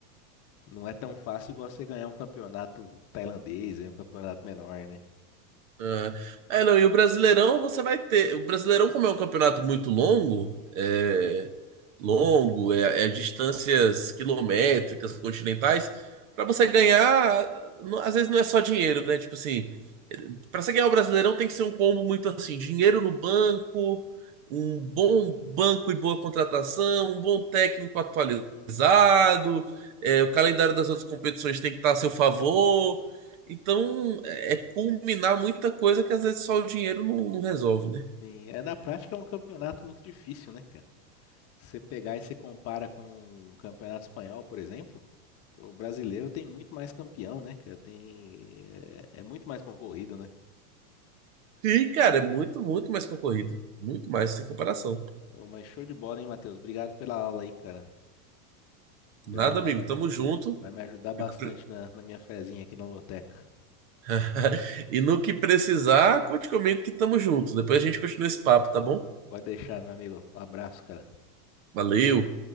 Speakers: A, on the left (about 30°); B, on the right (about 60°).
A: não é tão fácil igual você ganhar um campeonato tailandês, é um campeonato menor, né?
B: Ah, É, não, e o Brasileirão você vai ter. O Brasileirão, como é um campeonato muito longo, é longo, é, é distâncias quilométricas, continentais, pra você ganhar, não- às vezes não é só dinheiro, né? Tipo assim, pra você ganhar o Brasileirão tem que ser um combo muito assim, dinheiro no banco, um bom banco e boa contratação, um bom técnico atualizado, é, o calendário das outras competições tem que estar a seu favor. Então, é é culminar muita coisa que às vezes só o dinheiro não, não resolve, né?
A: Sim, é, na prática é um campeonato muito difícil, né, cara? Você pegar e você compara com o campeonato espanhol, por exemplo. O brasileiro tem muito mais campeão, né, cara? Tem, é, é muito mais concorrido, né?
B: Sim, cara, é muito, muito mais concorrido. Muito mais, sem comparação.
A: Ô, Mas show de bola, hein, Matheus? Obrigado pela aula aí, cara. Já
B: Nada,
A: vai,
B: amigo,
A: vai,
B: tamo junto.
A: vai me ajudar bastante
B: E que pre-
A: na, na minha fezinha aqui na loteca.
B: <laughs> e no que precisar, conte comigo que tamo junto. Depois a gente continua esse papo, tá bom?
A: Pode deixar, meu amigo. Um abraço, cara.
B: Valeu!